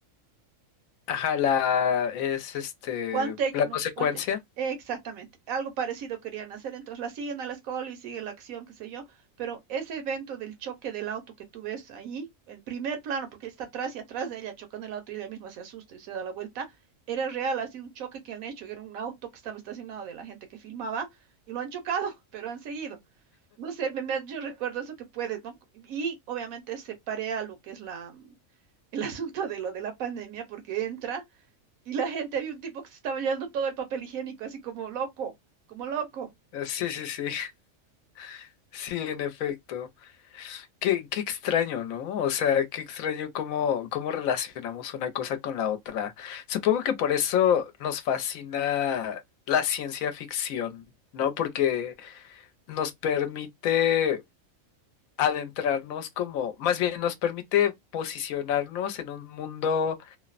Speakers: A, on the left; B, on the right.
A: ajá, la es este
B: One Take,
A: la
B: no,
A: consecuencia.
B: One Take. Exactamente. Algo parecido querían hacer. Entonces la siguen a la escuela y sigue la acción, qué sé yo. Pero ese evento del choque del auto que tú ves ahí, en primer plano, porque él está atrás y atrás de ella chocando el auto y ella misma se asusta y se da la vuelta, era real, ha sido un choque que han hecho. Era un auto que estaba estacionado de la gente que filmaba y lo han chocado, <laughs> pero han seguido. No sé, me- me- yo recuerdo eso que puedes, ¿no? Y obviamente se parea lo que es la, el <laughs> asunto de lo de la pandemia porque entra. Y la gente, había un tipo que se estaba llevando todo el papel higiénico, así como loco, como loco.
A: Eh, Sí, sí, sí, <laughs> sí, en efecto. Qué, qué extraño, ¿no? O sea, qué extraño cómo, cómo relacionamos una cosa con la otra. Supongo que por eso nos fascina la ciencia ficción, ¿no? Porque nos permite adentrarnos como, más bien nos permite posicionarnos en un mundo